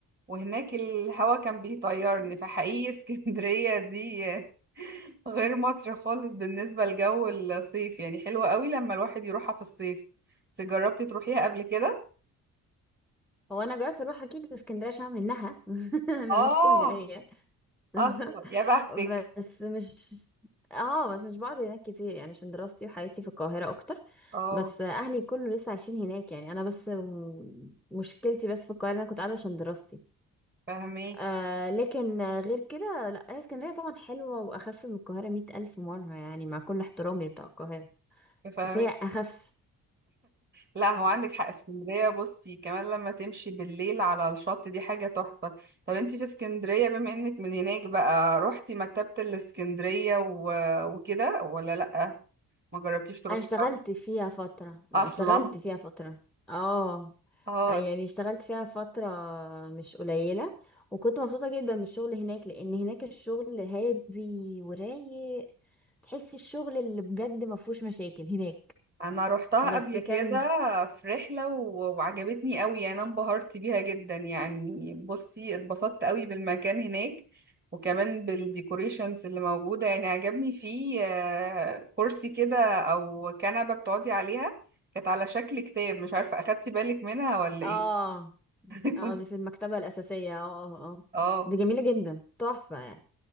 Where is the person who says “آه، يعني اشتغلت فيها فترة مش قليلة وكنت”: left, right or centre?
Centre